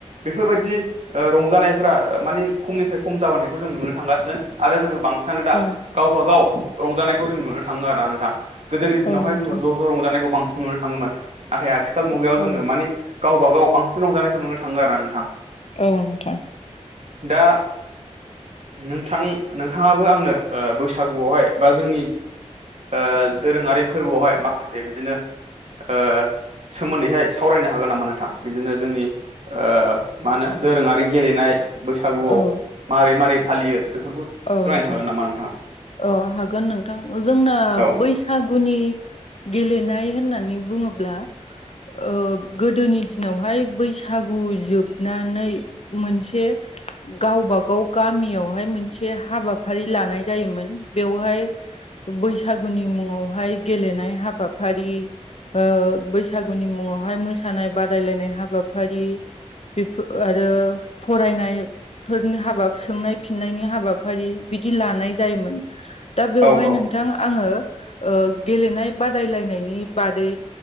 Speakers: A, on the right; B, on the left.
A: बेफोरबायदि ओ रंजानायफ्रा मानि खमनिफ्राय खम जाबोनायखौ जों नुनो थांगासिनो आरो जोंङो बांसिन बांसिनानो दा
B: औ
A: गावबा गाव रंजानायखौ जों नुनो थाङो आरो ना नोंथा गोदोनि
B: औ
A: दिनावहाय
B: नोंथां औ नोंथां
A: जों ज' ज रंजानायखौ बांसिन नुनो थाङोमोन नाथाय आथिखाल मुगायाव
B: औ
A: जों गावबा गाव बांसिन रंजानायखौ नुनो थाङो आरोना नोंथां।
B: नोंथां
A: दा नों नोंथां नोंथाङाबो आंनो ओ बैसागुआवहाय बा जोंनि ओ दोरोङारि फोरबोआवहाय माखासे बिदिनो ओ सोमोन्दैहाय सावरायनो हागोन नामा नोंथां बिदिनो जोंनि ओ मा होनो दोरोङारि गेलेनाय बैसागुआव
B: औ
A: मारै मारै फालियो बेफोरखौ फोरमायनो
B: नोंथां
A: हागोन नामा नोंथाङा?
B: औ हागोन नोंथां जोंना
A: औ
B: बैसागुनि गेलेनाय होननानै बुङोब्ला ओ गोदोनि दिनावहाय बैसागु जोबनानै मोनसे गावबा गाव गामियावहाय मोनसे हाबाफारि लानाय जायोमोन। बेवहाय बैसागुनि मुङावहाय गेलेनाय हाबाफारि ओ बैसागुनि मुङावहाय मोसानाय बादायलायनाय हाबाफारि बेफोर आरो फरायनाय फोरनि हाबा सोंनाय फिननायनि हाबाफारि बिदि लानाय जायोमोन। दा बेवहाय
A: औ औ
B: नोंथां आंङो ओ गेलेनाय बादायलायनायनि बादै